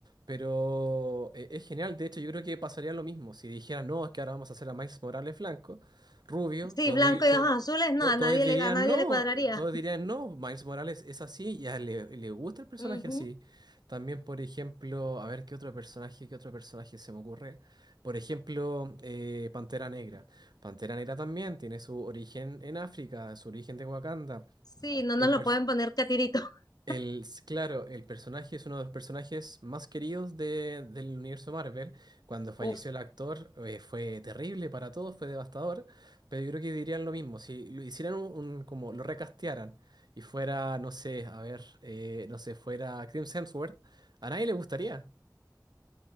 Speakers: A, on the right; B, on the left.
A: pero e- es genial. De hecho, yo creo que pasaría lo mismo si dijeran, no, es que ahora vamos a hacer a Miles Morales blanco, rubio,
B: Sí,
A: todos,
B: blanco
A: di- to-
B: y ojos azules, no,
A: to-
B: a
A: todos
B: nadie
A: dirían
B: le, a nadie
A: no,
B: le cuadraría.
A: todos dirían no, Miles Morales es así y a él le, le gusta el personaje
B: ujú.
A: así. También, por ejemplo, a ver qué otro personaje, qué otro personaje se me ocurre. Por ejemplo, eh, Pantera Negra. Pantera Negra también tiene su origen en África, su origen de Wakanda.
B: Sí, no nos
A: El
B: lo
A: pers-
B: pueden poner catirito. <laughs>
A: el, s- claro, el personaje es uno de los personajes más queridos de- del universo Marvel. Cuando falleció
B: Uf.
A: el actor, eh, fue terrible para todos, fue devastador. Pero yo creo que dirían lo mismo, si lo hicieran un, un- como lo recastearan y fuera, no sé, a ver, eh, no sé, fuera Chris Hemsworth, a nadie le gustaría.